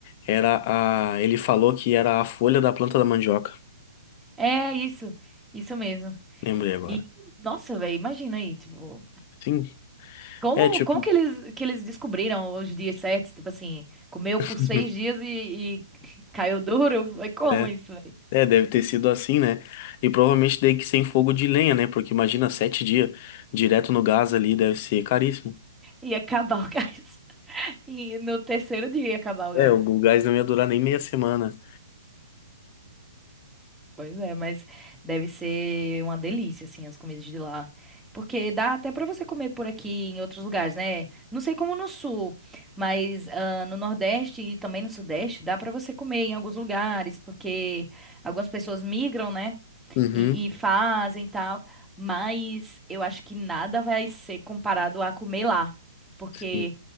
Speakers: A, on the left (about 35°); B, in the centre.
A: era a. Ele falou que era a folha da planta da mandioca.
B: É isso. Isso mesmo.
A: Lembrei agora.
B: E, nossa, velho, imagina aí, tipo.
A: Sim.
B: Como,
A: É tipo.
B: como que eles, que eles descobriram os dias certos? Tipo assim, comeu
A: <laughs>
B: por seis dias e, e <laughs> caiu duro? Mas Como
A: É,
B: isso?
A: é, deve ter sido assim, né? E provavelmente tem que ser em fogo de lenha, né? Porque imagina sete dias direto no gás ali, deve ser caríssimo.
B: Ia acabar o gás. <laughs> E no terceiro dia ia acabar o gás.
A: É, o o gás não ia durar nem meia semana.
B: Pois é, mas deve ser uma delícia, assim, as comidas de lá. Porque dá até pra você comer por aqui em outros lugares, né? Não sei como no sul, mas ah, no Nordeste e também no Sudeste dá pra você comer em alguns lugares, porque algumas pessoas migram, né?
A: Uhum.
B: e, e fazem e tal, mas eu acho que nada vai ser comparado a comer lá, porque
A: Sim.